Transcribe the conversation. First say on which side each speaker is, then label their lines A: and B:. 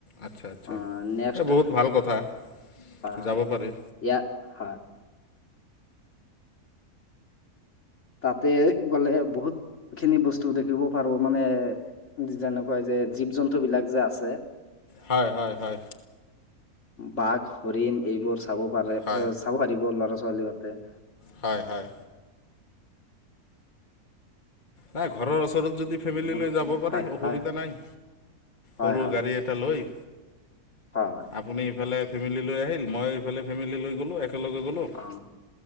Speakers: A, on the left; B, on the left.
A: আচ্ছা আচ্ছা
B: অ' নেক্সট
A: এই বহুত
B: হয়-
A: ভাল কথা যাব
B: হয়
A: পাৰি
B: ইয়াত, হয়। তাতে গ'লে বহুত খিনি বস্তু দেখিব পাৰো মানে যেনেকুৱা যে জীৱ-জন্তু বিলাক যে আছে।
A: হয় হয় হয়।
B: বাঘ হৰিণ এইবোৰ চাব পাৰে
A: হয়
B: চাব পাৰিব ল'ৰা ছোৱালী হতে।
A: হয় হয়। নাই ঘৰৰ ওচৰতত। যদি ফেমিলি
B: মোৰটোতো
A: লৈ যাব পাৰি
B: হয়
A: অসুবিধা
B: হয়
A: নাই,
B: হয়
A: সৰু
B: হয়
A: গাড়ী এটা লৈ।
B: হয়
A: আপুনি ইফালে ফেমিলি লৈ আহিল। মই এইফালে ফেমিল লৈ গ'লোঁ, একেলগে গ'লোঁ
B: অ',